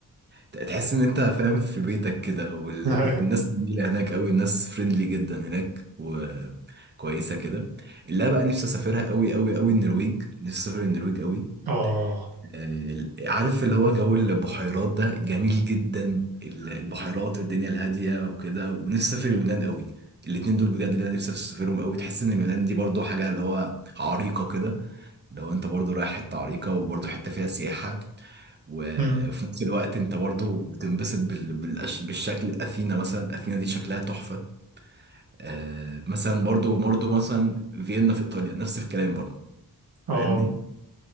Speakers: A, on the right; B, on the right.
A: تحس إن أنت فاهم في بيتك كده وال-
B: <laughs> ايوه
A: والناس جميلة هناك أوي الناس فريندلي جدا هناك وكويسة كده اللي أنا بقى نفسي أسافرها أوي أوي أوي النرويج نفسي أسافر النرويج أوي
B: اه
A: آه، عارف اللي هو جو البحيرات ده جميل جدا البحيرات والدنيا الهادية وكده ونفسي أسافر اليونان قوي الاتنين دول بجد اللي أنا نفسي أسافرهم قوي تحس إن اليونان دي برضو حاجة اللي هو عريقة كده لو أنت برضو رايح حتة عريقة وبرضو حتة فيها سياحة و-
B: أمم.
A: وفي نفس الوقت أنت برضو بتنبسط بال... بالأش... بالشكل أثينا مثلا أثينا دي شكلها تحفة آه مثلا برضو برضو مثلا فيينا في إيطاليا نفس الكلام برضو
B: اه
A: فاهمني